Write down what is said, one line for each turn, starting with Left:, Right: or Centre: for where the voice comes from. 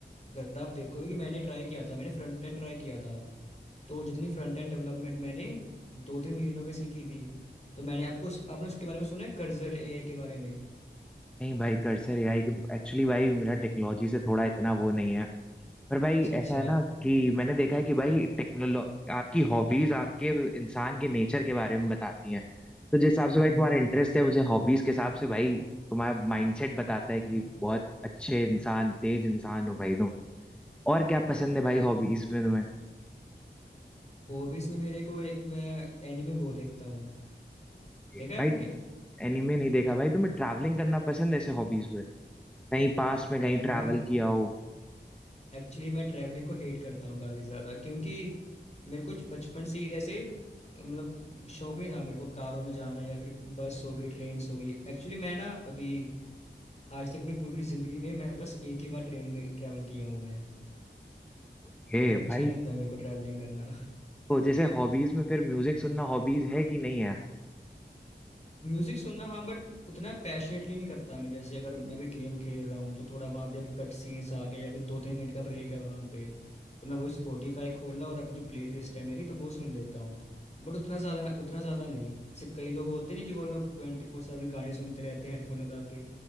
Left: अगर आप देखोगे कि मैंने ट्राई किया था मैंने फ्रंट एंड ट्राई किया था तो जितनी फ्रंट एंड डेवलपमेंट मैंने दो तीन महीनों में सीखी थी तो मैंने आपको उस- आपने उसके बारे में सुना है कर्जर एआई के बारे में
Centre: नहीं भाई कर्सर एआई के एक्चुअली भाई मेरा टेक्नोलॉजी से थोड़ा इतना वो नहीं है पर भाई
Left: अच्छा अच्छा
Centre: ऐसा है ना कि मैंने देखा है कि भाई टेक्नोलॉ आपकी हॉबीज आपके इंसान के नेचर के बारे में बताती हैं तो जिस हिसाब
Left: हम्म
Centre: से भाई
Left: हम्म
Centre: तुम्हारा इंटरेस्ट है मुझे हॉबीज के हिसाब से भाई तुम्हारा माइंडसेट बताता है
Left: <laughs>
Centre: कि बहुत अच्छे इंसान तेज इंसान हो भाई तुम और क्या पसंद है भाई हॉबीज में तुम्हें
Left: हॉबीज में मेरे को एक तो मैं एनिमे बहुत देखता हूँ
Centre: ये
Left: देखा है
Centre: भाई
Left: आपने
Centre: एनिमे नहीं देखा भाई तुम्हें ट्रैवलिंग करना पसंद है ऐसे हॉबीज में कहीं पास्ट में कहीं
Left: ट्रैवलिंग
Centre: ट्रैवल किया हो
Left: एक्चुअली मैं ट्रैवलिंग को हेट करता हूँ काफ़ी ज़्यादा क्योंकि मेरे को बचपन से ही ऐसे मतलब शौक नहीं था मेरे को कारों में जाना या फिर बस होगी ट्रेन होगी एक्चुअली मैं ना अभी आज तक अपनी पूरी ज़िंदगी में मैं बस एक ही बार ट्रेन में ट्रैवल किया हूँ मैं
Centre: ओके
Left: तो अच्छा
Centre: भाई
Left: नहीं लगता है मेरे को ट्रैवलिंग करना
Centre: तो जैसे हॉबीज में फिर म्यूजिक सुनना हॉबीज है कि नहीं है
Left: म्यूजिक सुनना हाँ बट उतना पैशनेटली नहीं करता मैं जैसे अगर मैं कोई गेम खेल रहा हूँ तो थोड़ा वहाँ पे अब कट सीन्स आ गए या फिर दो तीन मिनट का ब्रेक है वहाँ पे तो मैं वही स्पॉटिफाई खोला और अपनी जो प्ले लिस्ट है मेरी तो वो सुन लेता हूँ बट उतना ज़्यादा उतना ज़्यादा नहीं जैसे कई लोग होते नहीं कि वो लोग ट्वेंटी फोर सेवन गाने सुनते रहते हैं हेडफोन लगा के